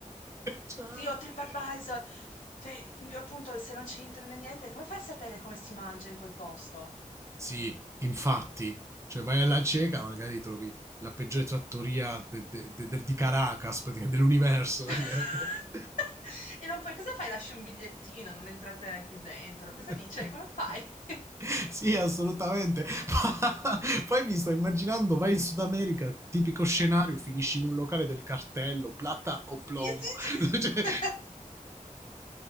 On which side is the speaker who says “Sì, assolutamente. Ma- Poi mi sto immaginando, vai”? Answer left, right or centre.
Right